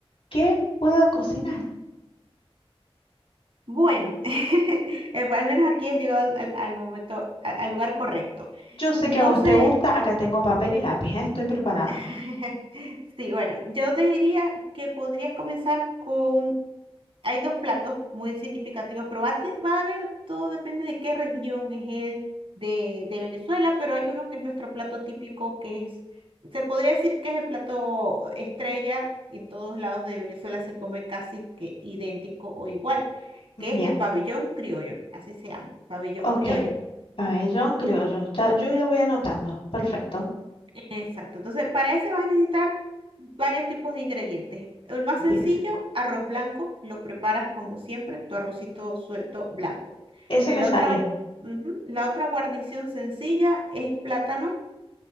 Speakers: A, on the left (about 65°); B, on the right (about 60°).
A: ¿Qué puedo cocinar?
B: Bueno, <laughs> eh, al menos aquí has llegado al, al- al momento, a- al lugar correcto.
A: Yo sé
B: No
A: que a vos
B: sé,
A: te gusta, acá tengo papel y lápiz, ¿eh? Estoy preparada.
B: <laughs> sí, bueno, yo te diría que podrías comenzar con Hay dos platos muy significativos, pero va a, te- va a haber, todo depende de qué región es el de, de Venezuela, pero hay uno que es nuestro plato típico, que es, se podría decir que es el plato estrella, en todos lados de Venezuela se come casi que idéntico o igual,
A: Bien,
B: que es el pabellón criollo, así se llama, pabellón
A: ok.
B: criollo.
A: Pabellón criollo. Ya, yo ya voy anotando. Perfecto.
B: Exacto. Entonces, para ese vas a necesitar varios tipos de ingredientes. El más
A: Bien.
B: sencillo, arroz blanco, lo preparas como siempre, tu arrocito suelto blanco.
A: Ese
B: El
A: me
B: otra,
A: sale.
B: ujú, La otra guarnición sencilla es plátano.